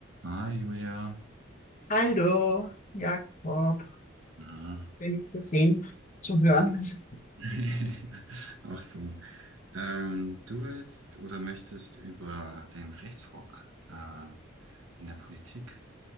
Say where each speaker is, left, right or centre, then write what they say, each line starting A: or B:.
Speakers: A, on the right (about 75°); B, on the left (about 35°).
A: Hi Julia.
B: Hallo, Jakob,
A: Ja.
B: bin ich zu sehen, zu
A: Ja.
B: hören. Das ist-
A: <laughs> Auch so. Ähm, du willst oder möchtest über den Rechtsruck äh, in der Politik